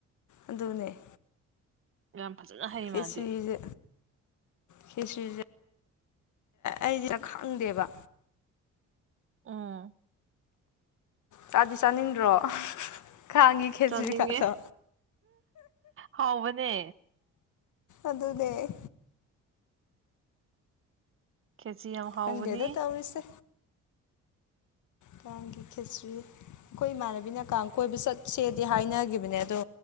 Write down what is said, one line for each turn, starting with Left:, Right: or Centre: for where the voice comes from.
Left: ꯑꯗꯨꯅꯦ
Right: ꯌꯥꯝ ꯐꯖꯅ ꯍꯩ
Left: ꯈꯦꯆ꯭ꯔꯤꯖꯦ
Right: ꯃꯥꯗꯤ
Left: ꯈꯦꯆ꯭ꯔꯤꯖ ꯑꯩꯗꯤ ꯈꯪꯗꯦꯕ
Right: ꯑꯣ
Left: ꯆꯥꯗꯤ ꯆꯥꯅꯤꯡꯗ꯭ꯔꯣ ꯀꯥꯡꯒꯤ ꯈꯦꯆ꯭ꯔꯤꯒꯥꯗꯣ
Right: ꯆꯥꯅꯤꯡꯉꯦ ꯍꯥꯎꯕꯅꯦ
Left: ꯑꯗꯨꯅꯦ
Right: ꯈꯦꯆ꯭ꯔꯤ ꯌꯥꯝ ꯍꯥꯎꯕꯅꯤ
Left: ꯈꯪꯗꯦꯗ ꯇꯧꯔꯤꯁꯦ ꯀꯥꯡꯒꯤ ꯈꯦꯆ꯭ꯔꯤ ꯑꯩꯈꯣꯏ ꯏꯃꯥꯟꯅꯕꯤꯅ ꯀꯥꯡ ꯀꯣꯏꯕ ꯆꯠꯁꯦꯗꯤ ꯍꯥꯏꯅꯒꯤꯕꯅꯦ ꯑꯗꯣ